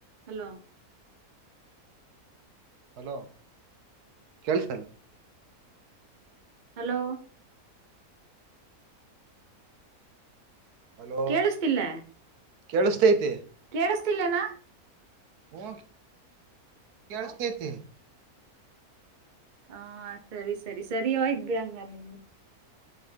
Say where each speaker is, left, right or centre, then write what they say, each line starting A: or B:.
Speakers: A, on the right; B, on the right.
A: ಹಲೋ
B: ಹಲೋ ಕೆಳ್ಸಲ್
A: ಹಲೋ
B: ಹಲೋ
A: ಕೇಳಿಸತಿಲ್ಲ
B: ಕೇಳಿಸತೈತಿ
A: ಕೇಳಿಸತಿಲ್ಲೇನಾ
B: ಒ ಕೆಳ್ಸಿತೈತಿ
A: ಹಾ ಸರಿ ಸರಿ ಸರಿಯ ಇದ್ ಬಿಡಂಗ ನಿಮಗೆ